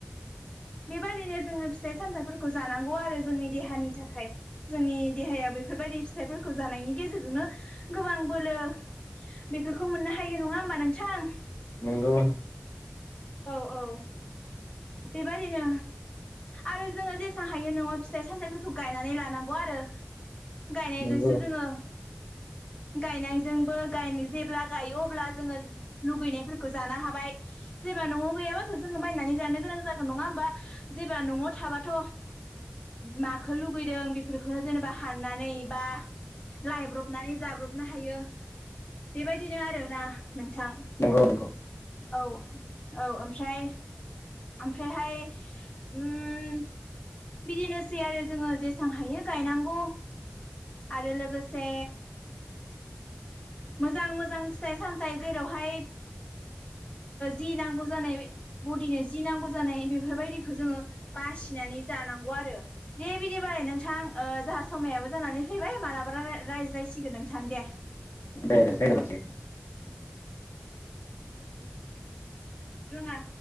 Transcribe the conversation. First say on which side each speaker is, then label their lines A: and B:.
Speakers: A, on the left; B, on the left.
A: बेबायदिनो जोङो फिथाइ सामथाइफोरखौ जानांगौ आरो जोंनि देहानि थाखाय जोंनि देहायाव बेफोरबायदि फिथाइफोरखौ जानायनि गेजेरजोंनो गोबां बोलो बेफोरखौ मोननो हायो नङा होमबा नोंथां
B: नोंगौ
A: औ औ बेबदिनो आरो जोङो जेसां हायो न'आव फिथाइ सामथायाइफोरखौ गायनानै लानांगौ आरो गायनायजोंसो
B: नंगौ
A: जोङो गायनायजोंबो गायनो जेब्ला गायो अब्ला जोङो लुगैनायफोरखौ जानो हाबाय जेब्ला न'आव गैयाबाथ' जोङो बायनानै जानो गोनां जागोन नङा होमबा जेबा न'आव थाबाथ' माखौ लुुबैदों बेफोरखौनो जेनेबा हाननानै बा लायब्रबनानै जाब्रबनो हायो बेबायदिनो आरोना नोंथां
B: नंगौ नंगौ
A: औ औ ओमफ्राय ओमफ्रायहाय उम बिदिनोसै आरो जोङो जेसबां हायो गायनांगौ आरो लोगोसे मोजां मोजां फिथाइ सामथाइ जेरावहाय जि नांगौ जानाय बडिनो जि नांगौ जानाय बेफोरबायदिखौ जोङो बासिनानै जानांगौ आरो दे बिदिबालाय नोंथां जाहा समायाबो जानानै फैबाय मालाबा रायलाय रायज्लायसिगोन नोंथां दे
B: दे दे
A: रोङा